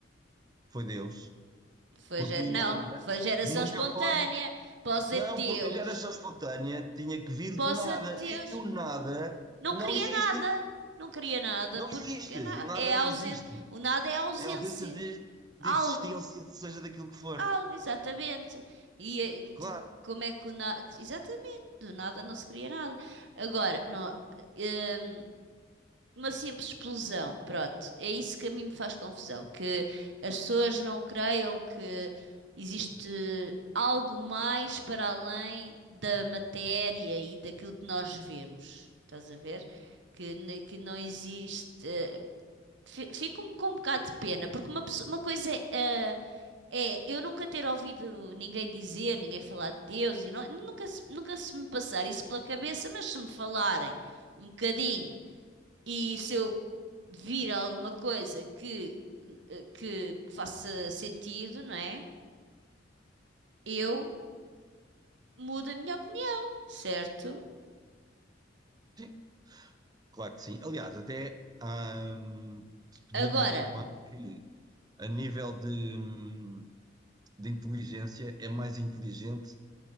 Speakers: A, on the right; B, on the right.
A: Foi Deus.
B: Foi,
A: Porque
B: ge-
A: o
B: não,
A: nada
B: foi geração
A: nunca
B: espontânea.
A: pode.
B: Pós
A: Não,
B: ateus.
A: porque a geração espontânea tinha que vir
B: Pós
A: do nada
B: ateus.
A: e o nada
B: Não
A: não
B: cria
A: existe.
B: nada. Não cria nada
A: Não
B: porque
A: existe.
B: que na-
A: O nada
B: é
A: não
B: a ausência.
A: existe.
B: O nada é a ausência.
A: É a ausência de, de
B: Algo.
A: existência, seja daquilo que for.
B: algo, exatamente. E eh,
A: Claro,
B: te- como é que o na... Exatamente, do nada não se cria nada. Agora, não, hum, uma simples explosão, pronto, é isso que a mim me faz confusão, que as pessoas não creiam que existe algo mais para além da matéria e daquilo que nós vemos. Estás a ver? Que, ne- que não existe. Fi- Fico com um bocado de pena, porque uma, pessoa- uma coisa é. ah, é, eu nunca ter ouvido ninguém dizer, ninguém falar de Deus, e não- nunca, se- nunca se me passar isso pela cabeça, mas se me falarem um bocadinho e se eu vir alguma coisa que, eh, que, que faça sentido, não é? Eu mudo a minha opinião, certo?
A: sim, claro que sim. Aliás, até hum, podíamos
B: Agora,
A: afirmar que a nível de, hum, de inteligência é mais inteligente